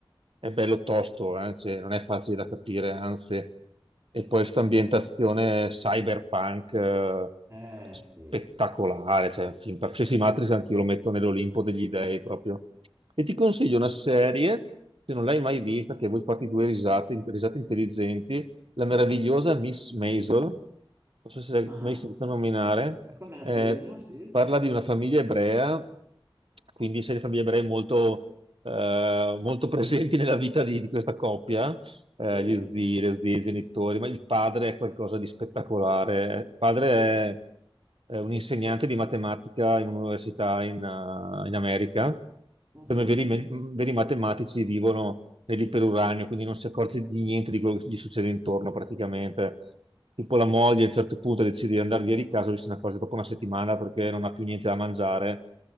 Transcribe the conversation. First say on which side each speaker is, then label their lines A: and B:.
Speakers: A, on the right; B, on the right.
A: è bello tosto, eh, cioè, non è facile da capire, anzi. E poi questa ambientazione cyberpunk... eh,
B: Eh sì.
A: spettacolare, cioè un film qualsiasi Matrix anch'io lo metto nell'Olimpo degli dei proprio. E ti consiglio una serie, se non l'hai mai vista, che vuoi farti due risate, risate intelligenti, la meravigliosa Miss Maisel, non so se l'hai
B: Ah,
A: mai sentita nominare,
B: questo me la
A: eh,
B: segno, sì.
A: parla di una famiglia ebrea, quindi sei di famiglie ebree molto, eh, molto presenti nella vita di, di questa coppia, eh,
B: Sì?
A: gli zii, le zie, i genitori, ma il padre è qualcosa di spettacolare. Il padre è, è un insegnante di matematica in un'università in, eh, in America.
B: Mhm.
A: Come veri, me- veri matematici vivono nell'iperuranio, quindi non si accorge di niente di quello che gli succede intorno praticamente. Tipo la moglie a un certo punto decide di andare via di casa, lui se ne accorge dopo una settimana perché non ha più niente da mangiare